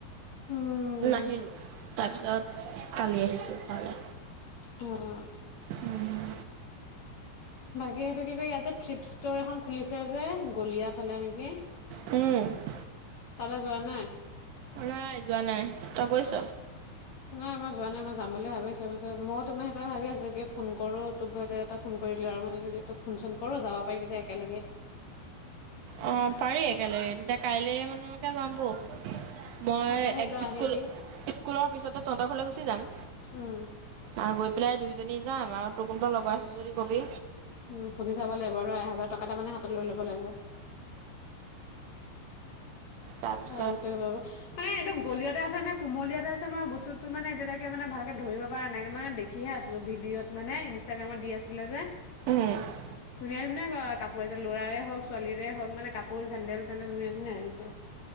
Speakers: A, on the left; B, on the right.
A: উম
B: নাহিলোঁ, তাৰপিছত কালি আহিছো ঘৰলে।
A: অ'।
B: উম।
A: বাকী এইটো কি কয়, ইয়াত যে থ্ৰিপ ষ্ট'ৰ এখন খুলিছে যে, গলীয়া ফালে নেকি।
B: উম।
A: তালে যোৱা নাই?
B: নাই যোৱা নাই, তই গৈছ?
A: নাই মই যোৱা নাই, মই যাম বুলি ভাবি আছো, মই ভাবিছোঁ তোক সেইকাৰণে, ভাবি আছোঁ কি ফোন কৰো। তোকটো এতে এটা ফোন কৰিলো আৰু মই যদি তোক ফোন চোন কৰো যাব পাৰি তেতিয়া একেলেগে।
B: অ, পাৰি একেলগে তেতিয়া কাইলে মানলৈকে যাম বৌ। মই
A: নপাৰে
B: এক
A: তই আহিবি
B: স্কুল-স্কুলৰ পিছতে তহঁতৰ ঘৰলে গুচি যাম।
A: উম
B: অ, গৈ পেলাই দুইজনী যাম আৰু তোৰ কোনোবা লগৰ আছে যদি কবি?
A: উম, সুধি চাব লাগিব আৰু এহাজাৰ টকা মানে হাতত লৈ ল'ব লাগিব। <unintelligible>
B: তাৰপিছত
A: মানে এইটো গলিয়তে আছে নে কুমলীয়াতে আছে মই বস্তুটো মানে এতিয়া তাকে মানে ভালকে ধৰিব পৰা নাই ত' মানে দেখিহে আছিলো ভিডিঅত। মানে ইনষ্টাগ্ৰামত দি আছিলে যে।
B: উম,
A: ধুনীয়া, ধুনীয়া অ, কাপোৰ আছে ল'ৰাৰে হওক, ছোৱালীৰে হওক মানে কাপোৰ চেনডেল তেন্দেল ধুনীয়া ধুনীয়া আহিছে।